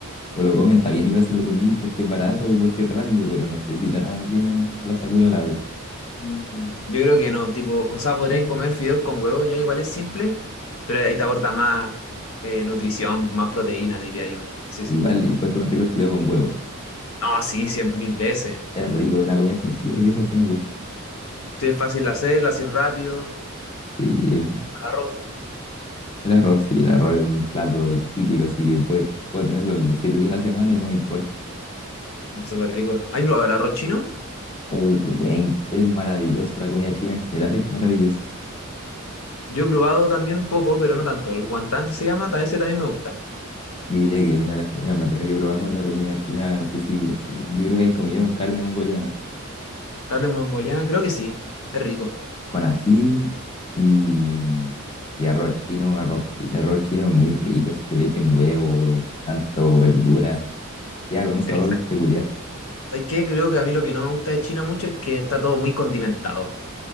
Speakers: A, on the left; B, on the left.
A: O lo comen, está bien, igual se lo comí porque es barato o porque es rápido, pero no sé si te hará muy bien en- a la salud a la larga.
B: Mm, Yo creo que no, tipo, o sea, podríais comer fideos con huevo, ya igual es simple, pero ahí te aporta más eh, nutrición, más proteína, diría yo. Sí, sí.
A: Igual encuentro más rico el fideo con huevo.
B: No, sí, cien mil veces.
A: Es rico, es una comida sencilla que eso sí me gusta.
B: Sí, es fácil de hacer, lo haces rápido,
A: Sí, es-
B: como el arroz.
A: el arroz, sí, el arroz es un plato típico, así que puede- puedo tenerlo los siete días de la semana y no me importa.
B: Es súper rico. ¿Has probado el arroz chino?
A: Oh, wey, es maravilloso, la comida china en general es maravillosa.
B: Yo he probado también un poco, pero no tanto. El guantán se llama, también ese también me gusta.
A: Yo diría que una de las comidas más ricas que he probado es la comida china, no sé si, si- yo creo que has comido carne mongoliana.
B: Carne mongoliana, creo que sí, es rico.
A: con ají y, y arroz chino, arroz, fri- arroz chino muy rico, eso que le echen huevo, tanto verdura, ya con un sabor
B: Es que, ¿sabes
A: peculiar.
B: sabes qué? Creo que a mí lo que no me gusta de China mucho es que está todo muy condimentado.